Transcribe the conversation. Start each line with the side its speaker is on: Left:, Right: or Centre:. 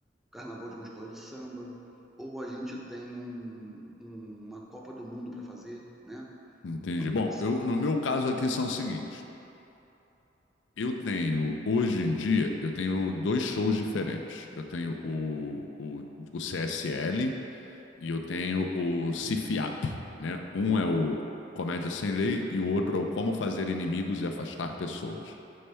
Centre: o carnaval de uma escola do samba, ou a gente tem um, um- uma Copa do Mundo para fazer, né?
Left: entendi.
Centre: Uma coisa
Left: Bom,
Centre: assim.
Left: eu, no meu caso aqui são os seguintes. Eu tenho, hoje em dia, eu tenho dois shows diferentes. Eu tenho o, o, o CSL e eu tenho o CIFIAP, né? Um é o Comédia Sem Lei e o outro é o Como Fazer Inimigos e Afastar Pessoas.